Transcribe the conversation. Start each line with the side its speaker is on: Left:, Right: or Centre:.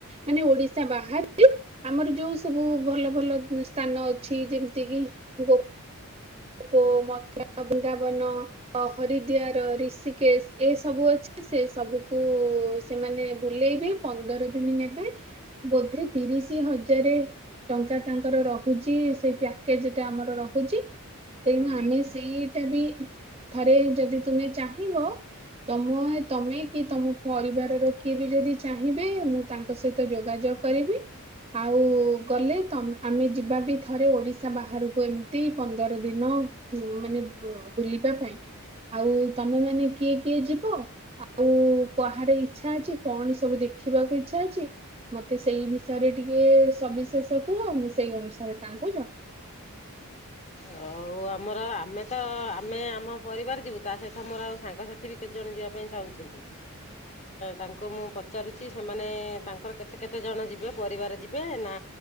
Right: ମାନେ ଓଡିଶା ବାହାରେ ଆମର ଯୋଉ ସବୁ ଭଲ ଭଲ ସ୍ଥାନ ଅଛି ଯେମିତି କିି ଗୋ ପ ମ ବୃନ୍ଦାବନ। ହରିଦିଆର ଋଷିକେଶ ଏସବୁ ଅଛି ସେ ସବୁକୁ ସେମାନେ ବୁଲେଇବେ ପନ୍ଦର ଦିନ ନେବେ ବୋଧେ ତିରିଶ ହଜାର। ଟଙ୍କା ତାଙ୍କର ରହୁଛି ସେଇ ପ୍ୟାକେଜ ଟା ଆମର ରହୁଛି। ତେଣୁ
Left: ହୁଁ।
Right: ଆମେ ସେଇଟା ବି ଥରେ ଯଦି ତୁମେ ଚାହିଁବ ତମ ତମେ କି ତମ ପରିବାରର କିଏ ବି ଯଦି ଚାହିଁବେ ମୁଁ ତାଙ୍କ ସହିତ ଯୋଗାଯୋଗ କରିବି। ଆଉ ଗଲେ ତମେ ଆମେ ଯିବା ବି ଥରେ ଓଡିଶା ବାହାରକୁ ଏମତି ପନ୍ଦର ଦ ଦିନ ମାନେ ବୁଲିବା ପାଇଁ ଆଉ ତମେ ମାନେ କିଏ କିଏ ଯିବ ଆଉ କୁ ହାର ଇଚ୍ଛା ଅଛି କଣ ସବୁ ଦେଖିବାକୁ ଇଚ୍ଛା ଅଛି ମତେ ସେଇ ବିଷୟରେ ଟିକେ ସବିଶେଷ କୁହ ଆଉ ମୁଁ ସେଇ ଅନୁସାରେ ତାଙ୍କୁ ଜଣ <inaudible>
Left: ହଉ ଆମର ଆମେ ତ ଆମେ ଆମ ପରିବାର ଯିବୁ ତା ସହିତ ମୋର ଆଉ ସାଙ୍ଗସାଥି ବି କେତେ ଜଣ ଯିବା ପାଇଁ ଚାହୁଁଛନ୍ତି।
Right: <inaudible>
Left: ତାଙ୍କୁ ମୁଁ ପଚାରୁଛି ସେମାନେ ତାଙ୍କର କେତେ କେତେଜଣ ଯିବେ ପରିବାର ଯି ବେ ନା